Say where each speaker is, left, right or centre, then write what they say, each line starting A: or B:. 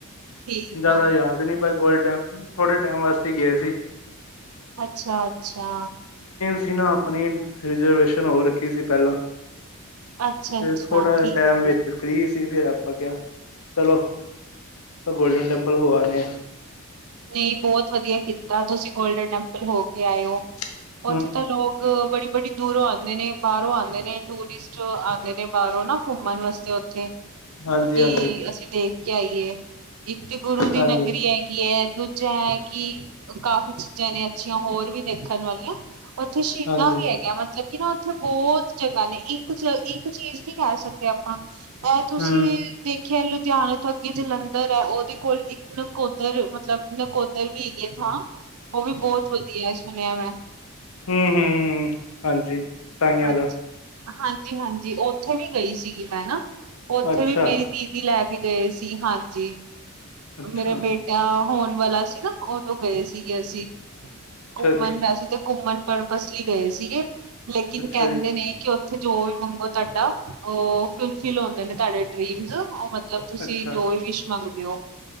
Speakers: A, on the right; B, on the left.
A: ਠੀਕ
B: ਜਿਆਦਾ
A: ਆ
B: ਯਾਦ ਨੀ ਗੋਲਡਨ ਥੋੜੇ ਟਾਈਮ ਵਾਸਤੇ ਹੀ ਗਏ ਸੀ
A: ਅੱਛਾ ਅੱਛਾ
B: ਅਸੀਂ ਨਾ ਆਪਣੀ ਰਿਜ਼ਰਵੇਸ਼ਨ ਹੋ ਰੱਖੀ ਸੀ ਪਹਿਲਾਂ
A: ਅੱਛਾ ਅੱਛਾ
B: ਤੇ ਥੋੜਾ
A: ਠੀਕ
B: ਜਹਾ ਟਾਈਮ ਵਿੱਚ
A: ਹੈ
B: ਫ੍ਰੀ ਸੀ ਫਿਰ ਆਪਾਂ ਕਿਹਾ ਚਲੋ ਗੋਲਡਨ ਟੈਂਪਲ ਹੋੇ ਆਪਨੇ ਆ
A: ਨਹੀਂ ਬਹੁਤ ਵਧੀਆ ਕੀਤਾ ਤੁਸੀਂ ਗੋਲਡਨ ਟੈਂਪਲ ਹੋ ਕੇ ਆਏਓ
B: <unintelligible>
A: ਉੱਥੇ ਤਾਂ ਲੋਕ ਬੜੀ ਬੜੀ ਦੂਰੋਂ ਆਉਂਦੇ ਨੇ ਬਾਹਰੋਂ ਆਉਂਦੇ ਨੇ ਟੂਰਿਸਟ ਆਉਂਦੇ ਨੇ ਬਾਹਰੋਂ ਨਾ ਘੁੰਮਣ ਵਾਸਤੇ ਉੱਥੇ
B: ਹਾਂਜੀ
A: ਕੀ
B: ਹਾਂਜੀ
A: ਅਸੀਂ ਦੇਖ ਕੇ ਆਈਏ ਇੱਕ ਤੇ ਗੁਰੂ ਦੀ
B: ਹਾਂਜੀ
A: ਨਗਰੀ ਹੈਗੀ ਹੈ ਜ ਕਿ ਕਾਫੀ ਚੀਜ਼ਾਂ ਨੇ ਅੱਛੀਆਂ ਹੋਰ ਵੀ ਦੇਖਣ ਵਾਲੀਆਂ ਉੱਥੇ ਸ਼ਹੀਦਾਂ
B: ਹਾਂਜੀ
A: ਵੀ ਹੈਗਾ ਮਤਲਬ ਕਿ ਨਾ ਉੱਥੇ ਬਹੁਤ ਜਗ੍ਹਾ ਨੇ ਇੱਕ ਇੱਕ ਚੀਜ਼ ਨਹੀਂ ਕਹਿ ਸਕਦੇ ਆਪਾਂ ਅ ਤੁਸੀਂ
B: ਹੂੰ
A: ਦੇਖ ਖ ਲੁਧਿਆਣੇ ਤੋਂ ਅੱਗੇ ਜਲੰਧਰ ਹੈ ਉਹਦੇ ਕੋਲ ਇੱਕ ਨਕੋਦਰ ਮਤਲਬ ਨਕੋਦਰ ਵੀ ਹੈਗੀ ਥਾਂ ਉਹ ਵੀ ਬਹੁਤ ਵਧੀਆ ਸੁਣਿਆ ਮੈਂ
B: ਹਮ ਹਾਂਜੀ ਸਾਈਆਂ
A: ਹਾਂਜੀ
B: ਦਾ
A: ਹਾਂਜੀ ਹਾਂਜੀ ਉੱਥੇ ਵੀ ਗਈ ਸੀਗੀ ਹੈ ਨਾ ਉੱਥੇ
B: ਅੱਛਾ
A: ਵੀ ਮੇਰੀ ਦੀਦੀ ਲੈ ਕੇ ਗਏ ਸੀ ਹਾਂਜੀ
B: ਅੱਛਾ
A: ਮੇਰਾ ਬੇਟਾ ਹੋਣ ਵਾਲਾ ਸੀ ਨਾ ਉਦੋਂ ਗਏ ਸੀਗੇ ਅਸੀਂ
B: ਅੱਛਾ
A: ਘੁੰਮਣ
B: ਜੀ
A: ਵੈਸੇ ਤੇ ਘੁੰਮਣ ਪਰਪਸ ਲਈ ਗਏ ਸੀਗੇ ਲੇਕਿਨ
B: ਅੱਛਾ
A: ਕਹਿੰਦੇ
B: ਜੀ
A: ਨੇ ੳਥੇ ਉੱਥੇ ਜੋ ਵੀ ਮੰਗੋ ਤੁਹਾਡਾ ਉਹ ਫੁਲਫਿਲ ਹੁੰਦੇ ਨੇ ਤੁਹਾਡੇ ਡਰੀਮ ਉਹ ਮਤਲਬ ਮਤਲਬ ਤੁਸੀਂ
B: ਅੱਛਾ
A: ਜੋ ਵੀ ਵਿਸ਼ ਮੰਗਦੇ ਹੋ